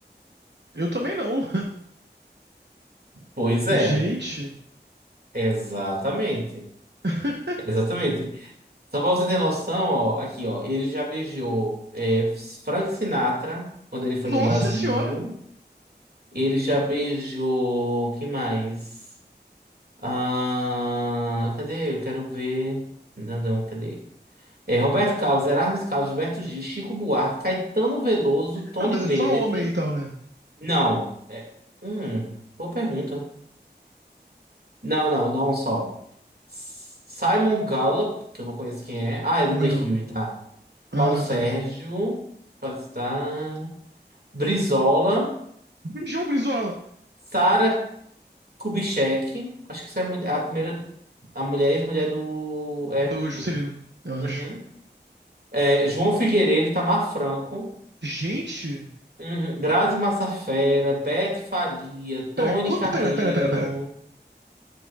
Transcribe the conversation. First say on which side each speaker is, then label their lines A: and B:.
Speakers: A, on the right; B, on the right.
A: Eu também não.
B: Pois
A: <laughs>
B: é,
A: Gente.
B: exatamente.
A: <laughs>
B: Exatamente. Só pra você ter noção, ó, aqui, ó, ele já beijou é, Frank Sinatra quando ele foi
A: Nossa
B: no Brasil.
A: senhora.
B: Ele já beijou. Quem mais? Ah, cadê? Eu quero ver. Não, não, cadê? É, Roberto Carlos, Erasmus Carlos, Gilberto Gil, Chico Buarque, Caetano Veloso, Tony
A: Ah, mas
B: Bennett.
A: é só homem então, né?
B: Não. É, hum, boa pergunta. Não, não, não só. Simon Gallup, que eu não conheço quem é. Ah, é do
A: Também
B: The
A: não.
B: Cure, tá.
A: Ah,
B: Paulo Sérgio,
A: tá.
B: pode estar. Brizola,
A: João Brizola.
B: Sara Kubitschek, acho que essa é a mulher- a primeira, a mulher ex-mulher do, é,
A: É Do Juscelino,
B: do,
A: eu
B: uhum.
A: acho.
B: É, João Figueiredo, Itamar Franco,
A: Gente.
B: uhum. Grazi Massafera, Beth Faria, Tony
A: Pera, quanto.
B: Carreiro,
A: Pera, pera, pera, pera.